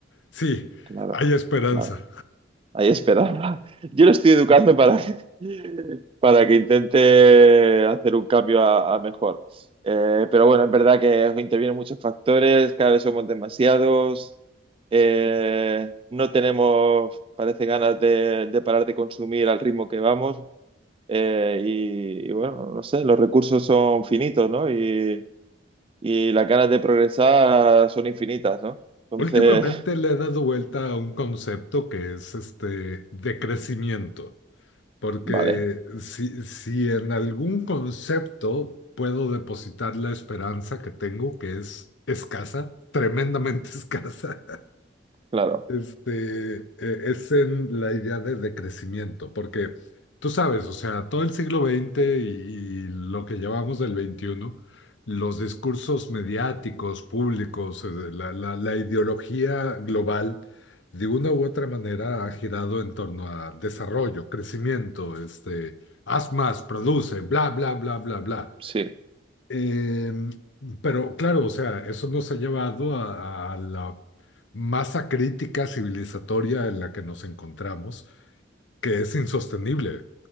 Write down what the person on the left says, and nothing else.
sí,
hay esperanza.
Últimamente le he dado vuelta a un concepto que es este de crecimiento. Porque
si, si en algún concepto puedo depositar la esperanza que tengo, que es escasa, tremendamente <laughs> escasa,
este, eh, es en la idea de, de crecimiento, porque tú sabes, o sea, todo el siglo veinte y, y lo que llevamos del veintiuno, los discursos mediáticos, públicos, eh, la, la- la ideología global, de una u otra manera ha girado en torno a desarrollo, crecimiento, este, haz más, produce, bla, bla, bla, bla, bla.
Eh, pero claro, o sea, eso nos ha llevado a, a la masa crítica civilizatoria en la que nos encontramos, que es insostenible.